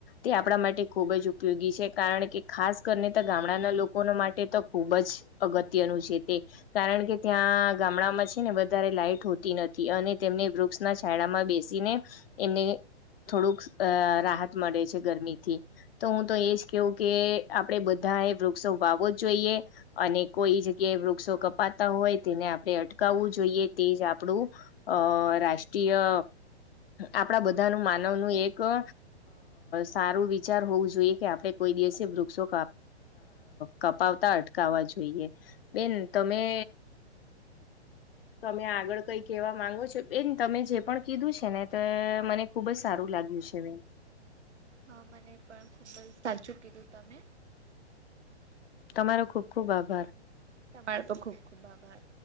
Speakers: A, on the left; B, on the right.
A: તે આપણા માટે ખૂબ જ ઉપયોગી છે. કારણ કે ખાસ કરને ત ગામડાના લોકોના માટે તો ખુબ જ અગત્યનું છે તે. કારણ કે ત્યાં ગામડામાં છે ને વધારે લાઈટ હોતી નથી અને તેમને વૃ વ ના છાયડામાં બેસીને, એમને થોડુંક અ રાહત મળે છે ગરમીથી, તો હું તો એજ કેવું કે આપડે બધ બધાએ વૃક્ષો વાવો જોઈએ. અને કોઈ જગ્યાએ વૃક્ષો કપાતા હોય તેને આપણે અટકાવવું જોઈએ તે જ આપણું અ રાષ્ટ્રીય આપણા બધાનું માનવનું એક અ સારું વિચાર હોવું જોઈએ કે આપડણે કોઈ દિવસે વૃક્ષો કાપ કપાવતા અટકાવવા જોઈએ, બેન તમે તમે આગળ કઈ કેવા માંગો છો એન તમે જે પણ કીધું છે ને તો મને. ખુબ જ સારું લાગ્યું છે મે.
B: હા મને પણ ખુબ જ સાચું કીધું તમે.
A: હ તમારો ખુબ ખુબ આભાર.
B: તમાળ પર ખૂબ ખૂબ આભાર.